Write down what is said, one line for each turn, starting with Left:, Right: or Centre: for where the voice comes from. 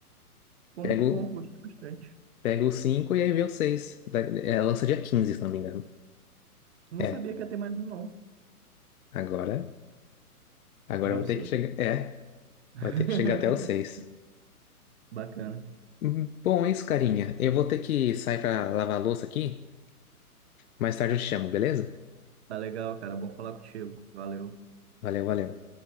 Right: Ficou
Left: Pego,
Right: muito bom, gostei bastante.
Left: pego o cinco e aí vem o 6. Da- É, lança dia 15, se não me engano.
Right: Não
Left: É,
Right: sabia que ia ter mais um, não.
Left: agora, agora
Right: Agora
Left: vai
Right: eu
Left: ter
Right: sei.
Left: que chegar. É,
Right: <laughs>
Left: vai ter que chegar até o 6.
Right: Bacana.
Left: Hum, Bom, é isso, carinha. Eu vou ter que sair pra lavar a louça aqui. Mais tarde eu te chamo, beleza?
Right: Tá legal, cara. Bom falar contigo. Valeu.
Left: Valeu, valeu.